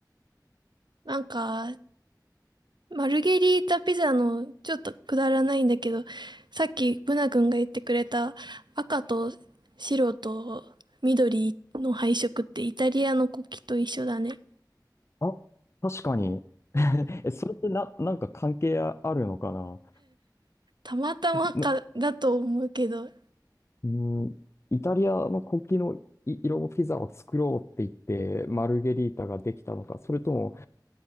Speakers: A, on the right (about 80°); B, on the left (about 35°).
A: なんか、マルゲリータピザのちょっとくだらないんだけど、さっきブナ君が言ってくれた赤と白と緑の配色ってイタリアの国旗と一緒だね。
B: あ、確かに。<laughs> え、それってな、なんか関係あるのかな、
A: たまたまかだと思うけど、
B: な、うーん、イタリアの国旗のい色のピザを作ろうって言って、マルゲリータができたのか、それとも、